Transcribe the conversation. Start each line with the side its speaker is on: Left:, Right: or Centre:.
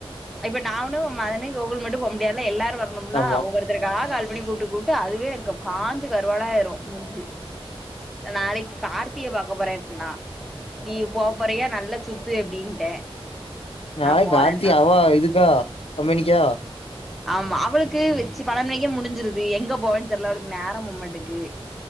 Centre: இப்ப நானு மதனே கோகுல் மட்டு போ முடியாதுல எல்லாரு வ ருனுமுல்ல
Left: ஆமா
Centre: ஒவ்வொருத்தருகா கால் பண்ணி கூப்ட்டு கூப்ட்டு அதுவே எனக்கு காஞ்சி கருவாடாயிரு முஞ்சி நாளைக்கு கார்த்திய பாக்க போறேன்னா நீ போ போறயா நல்லா சுத்து அப்டின்ட்டே
Left: நாய்
Centre: நா போலன்னா
Left: கார்த்தி அவா இதுக்கா கம்பெனிக்கா
Centre: ஆமா அவுளுக்கு வெச்சு பன்னன்றைக்கே முடிஞ்சிருது எங்க போவேன் தெர்ல அவுளுக்கு நேரோ போம்மாட்டுக்கு